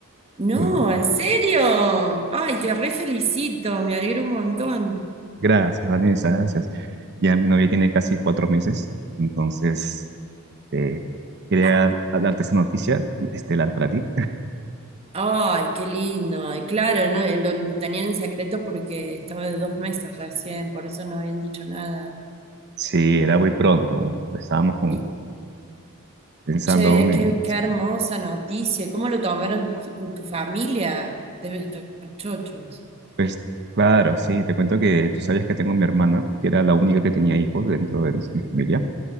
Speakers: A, on the right; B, on the right.
A: No,
B: Eh,
A: ¿en serio? Ay, te re felicito, me alegro un montón.
B: gracias, Vanessa, gracias. Ya mi novia tiene casi cuatro meses, entonces eh, quería
A: Ah,
B: darte esa noticia estelar para ti.
A: ay, qué lindo. Y claro, no, Eh, lo, lo tenían en secreto porque estaba de dos meses recién, por eso no habían dicho nada.
B: Sí, era muy pronto. Estábamos con-
A: Y,
B: pensando
A: che,
B: aún en
A: qué, qué hermosa noticia. ¿Cómo lo tomaron tu- con tu familia? Debe estar chochos.
B: Pues claro, sí, te cuento que tú sabías que tengo mi hermana, que era la única que tenía hijos dentro de mis- mi familia,